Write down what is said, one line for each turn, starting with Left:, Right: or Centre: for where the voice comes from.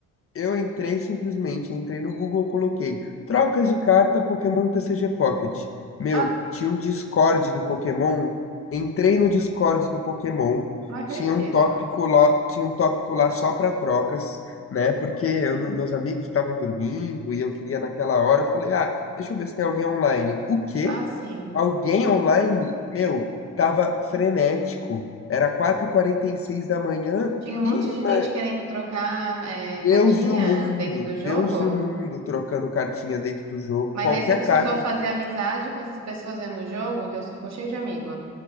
Left: Eu entrei simplesmente, entrei no Google, coloquei trocas de carta Pokémon TCG Pocket. Meu,
Right: Ah,
Left: tinha um Discord do Pokémon. Entrei no Discord do Pokémon.
Right: não acredito.
Left: Tinha um tópico lá, tinha um tópico lá só para trocas, né? Porque eu não- meus amigos estavam dormindo e eu queria naquela hora. Eu falei, ah, deixa eu ver se tem alguém online. O quê?
Right: Ah, sim.
Left: Alguém online? Meu, tava frenético. Era quatro e quarenta e seis da manhã.
Right: Tinha um monte
Left: E,
Right: de
Left: ma-
Right: gente querendo trocar é,
Left: Deus
Right: cartinha
Left: e o mundo,
Right: dentro do jogo,
Left: Deus e o mundo trocando cartinha dentro do jogo,
Right: mas
Left: qualquer
Right: aí você precisou
Left: carta.
Right: fazer amizade com essas pessoas dentro do jogo, então você ficou cheio de amigo.